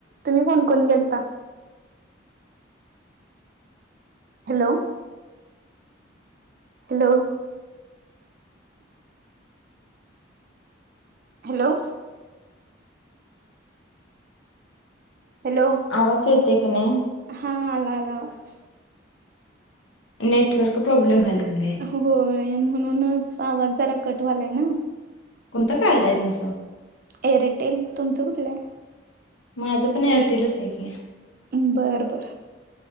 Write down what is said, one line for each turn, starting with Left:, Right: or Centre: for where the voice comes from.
Right: तुम्ही कोण कोण गेलता? हॅलो! हॅलो! हॅलो! हॅलो!
Left: आवाज येतोय की नायी?
Right: हा, आला आला आवाज
Left: नेटवर्क प्रॉब्लेम व्हाय लागलंय
Right: होयं म्हणूनचं आवांज जरां कंट व्ह्यालांय नां.
Left: कोणतं कार्ड आहे तुमचं?
Right: एरंडेल तुमचं कुठलं हांय?
Left: माझं पणं एरटेलचं हांय की
Right: अम्मं बरं बरं